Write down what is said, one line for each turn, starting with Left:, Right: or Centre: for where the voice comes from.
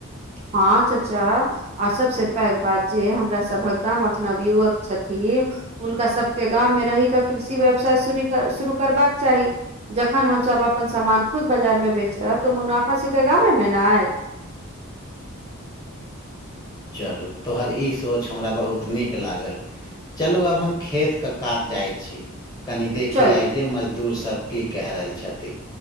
Right: हँ चाचा आर सबस पैघ बात जे हमरा सभक गामक नवयुवक छथिन हुनका सभके गाममे रहि कऽ कृषि व्यवसाय सूरु कंरबाक चाहि जखन हमसभ अपन सामान खुद बाजारमे बेचब तऽ मुनाफा सीधे गामे नेआयत
Left: चल तोहर ई सोच हमरा बहुत नीक लागल चलू आब हम खेत के कात जाइ छी कनि देखिय
Right: चलू
Left: जे मजदूर सब की क रहल छथि